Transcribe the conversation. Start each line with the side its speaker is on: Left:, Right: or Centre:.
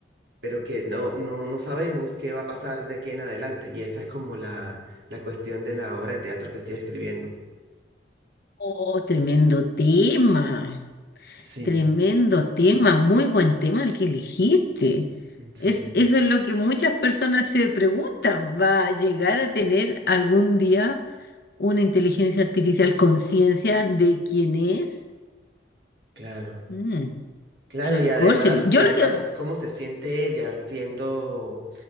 Right: pero que no, no, no sabemos qué va a pasar de aquí en adelante. Y esta es como la, la cuestión de la obra de teatro que estoy escribiendo.
Left: Oh, tremendo tema,
Right: Sí,
Left: tremendo tema, muy buen tema el que elegiste.
Right: mm, sí,
Left: Es, eso es lo que muchas personas se preguntan. ¿Va a llegar a tener algún día una inteligencia artificial conciencia de quién es?
Right: claro.
Left: Mm,
Right: Claro,
Left: recórchale.
Right: y además,
Left: Yo
Right: y además
Left: lo que...
Right: cómo se siente ella siendo